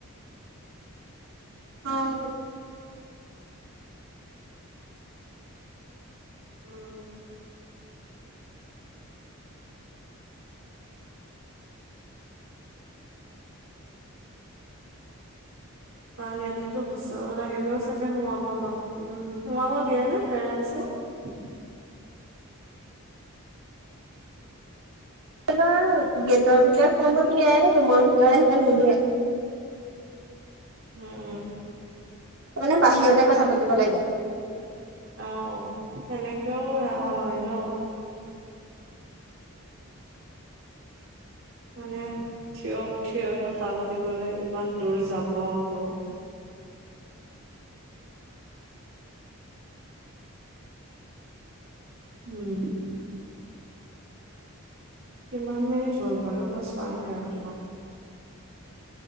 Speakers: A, on the right; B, on the right.
A: অঁ।
B: উম। কাৰণ ইয়াতেতো হোষ্টেলত আহিলেও চাগে সোমাব <unintelligible> সোমাব দিয়ে নে পেৰেণ্টছক।
A: <unintelligible> গেটৰ ভিতৰত সোমাব দিয়ে, ৰুমৰ ভিতৰত আহিব নিদিয়ে।
B: উম
A: তাৰ মানে বাহিৰতে কথা পাতিব লাগে।
B: অঁ, সেনেকেও সেয়া হয় ন। মানে থিয় থিয়ই কথা পাতিবলৈ ইমান দূৰ যাব আকৌ। উম কিমান মিনিট হল বাৰু মই চোৱাই নাই ৰখা।